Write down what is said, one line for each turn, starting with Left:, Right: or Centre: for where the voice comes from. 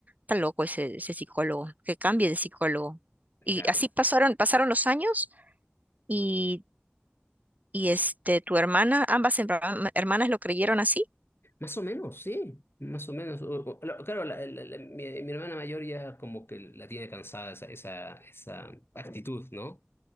Right: Está loco ese, ese psicólogo, que cambie de psicólogo. Y
Left: Claro.
Right: así pasaron, pasaron los años y, y este,
Left: Es-
Right: tu hermana, ambas herma- hermanas lo creyeron así.
Left: Más o menos, sí. Más o menos. O- o- la- claro, la- la- la- mi, mi hermana mayor ya como que la tiene cansada esa, esa, esa actitud, ¿no?